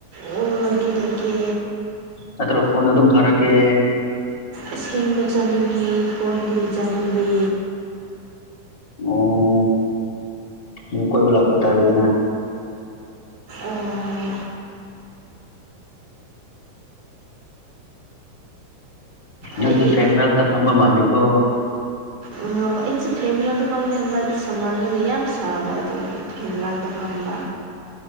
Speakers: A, on the right; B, on the left.
A: ꯑꯣ ꯂꯥꯛꯀꯦ ꯂꯥꯛꯀꯦ
B: ꯅꯠꯇ꯭ꯔꯣ ꯐꯣꯟꯗ ꯑꯗꯨꯝ ꯊꯔꯛꯀꯦ
A: ꯑꯁꯦꯡꯕ ꯆꯥꯅꯤꯡꯉꯦ ꯐꯣꯟꯗꯤ ꯆꯥꯅꯤꯡꯗꯦ
B: ꯑꯣ ꯃ ꯀꯣꯏꯕ ꯂꯥꯛꯄ ꯇꯥꯔꯦꯗꯅ
A: ꯑꯣ
B: ꯅꯪꯁꯤ
A: ꯑꯩꯒꯤ
B: ꯐꯦꯟ ꯃꯅꯥꯛꯇ ꯐꯝꯕ ꯃꯥꯜꯂꯤꯀꯣ
A: ꯑꯣ ꯑꯩꯁꯨ ꯐꯦꯟ ꯃꯅꯥꯛꯇ ꯐꯝꯅꯤꯡꯕ ꯁꯝꯃꯔꯅꯤꯅ ꯌꯥꯝ ꯁꯥꯕ ꯑꯗꯨꯒꯤ ꯐꯦꯟ ꯃꯅꯥꯛꯇ ꯐꯝꯕ